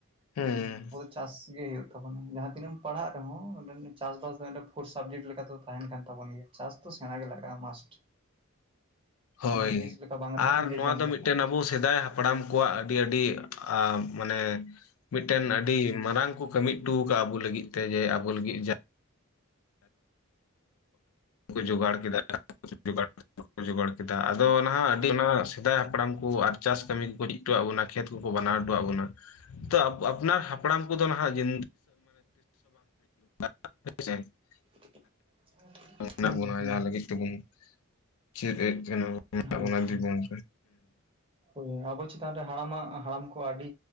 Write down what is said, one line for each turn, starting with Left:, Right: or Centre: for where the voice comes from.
Left: ᱦᱩᱸ᱾
Right: ᱪᱟᱥ ᱜᱮ ᱦᱩᱭᱩᱜ ᱛᱟᱵᱚᱱᱟ ᱡᱟᱦᱟ ᱛᱤᱱᱟᱹ ᱮᱢ ᱯᱟᱲᱦᱟᱜ ᱨᱮᱦᱚᱸ ᱪᱟᱥ ᱵᱟᱥ ᱫᱚ ᱯᱷᱳᱨ ᱥᱟᱵᱡᱮᱠᱴ ᱞᱮᱠᱟ ᱫᱚ ᱛᱟᱦᱮᱱ ᱠᱟᱱ ᱛᱟᱵᱚᱱ ᱜᱮᱭᱟ᱾ ᱪᱟᱥ ᱫᱚ ᱥᱮᱲᱟ ᱜᱮ ᱞᱟᱜᱟᱜᱟ ᱢᱟᱥᱴ᱾
Left: ᱦᱳᱭ
Right: ᱵᱤᱡᱽᱱᱮᱥ ᱞᱮᱠᱟ ᱵᱟᱝ
Left: ᱟᱨ
Right: ᱨᱮᱦᱚᱸ ᱱᱤᱡᱮ
Left: ᱱᱚᱣᱟ
Right: ᱡᱚᱢ
Left: ᱫᱚ
Right: ᱞᱮᱠᱟ
Left: ᱢᱤᱫᱴᱮᱱ ᱟᱵᱚ ᱥᱮᱫᱟᱭ ᱦᱟ ᱯᱲᱟᱢ ᱠᱚᱣᱟᱜ ᱟᱹᱰᱤ, ᱟᱹᱰᱤ ᱟᱸᱻ ᱢᱟᱱᱮ ᱢᱤᱫᱴᱮᱱ ᱟᱹᱰᱤ ᱢᱟᱨᱟᱝ ᱠᱚ ᱠᱟᱹᱢᱤ ᱦᱚᱴᱚ ᱠᱟᱜ-ᱟ ᱟᱵᱚ ᱞᱟᱹᱜᱤᱫ ᱛᱮ ᱡᱮ ᱟᱵᱚ ᱞᱟᱹᱜᱤᱫ
Right: <inaudible>
Left: ᱡᱚᱜᱟᱲ ᱠᱮᱫᱟ <unintelligible> ᱡᱚᱜᱟᱲ ᱡᱚᱜᱟᱲ ᱠᱮᱫᱟ ᱟᱫᱚ ᱱᱟᱦᱟᱜ ᱟᱹᱰᱤ ᱚᱱᱟ ᱥᱮᱫᱟᱭ ᱦᱟᱯᱲᱟᱢ ᱠᱚ ᱟᱨ ᱪᱟᱥ ᱠᱟᱹᱢᱤ <unintelligible> ᱵᱚᱱᱟ ᱠᱷᱮᱛ ᱠᱚᱠᱚ ᱵᱱᱟᱣ ᱦᱚᱴᱚᱣᱟᱜ ᱵᱚᱱᱟ᱾ ᱛᱚ ᱟᱯ ᱟᱯᱱᱟᱨ ᱦᱟᱯᱲᱟᱢ ᱠᱚᱫᱚ ᱱᱟᱦᱟᱜ <inaudible> <inaudible>
Right: <inaudible>
Left: <inaudible>
Right: ᱦᱩᱸ ᱦᱩᱸ
Left: ᱡᱟᱦᱟᱸ ᱞᱟᱹᱜᱤᱫ ᱛᱮᱵᱚᱱ ᱪᱮᱫ ᱮᱫ <inaudible>
Right: ᱦᱳᱭ
Left: ᱦᱩᱸ᱾
Right: ᱦᱳᱭ ᱦᱳᱭ ᱟᱵᱚ ᱪᱮᱛᱟᱱ ᱨᱮ ᱦᱟᱲᱟᱢᱟᱜ ᱦᱟᱲᱟᱢ ᱠᱚ ᱟᱹᱰᱤ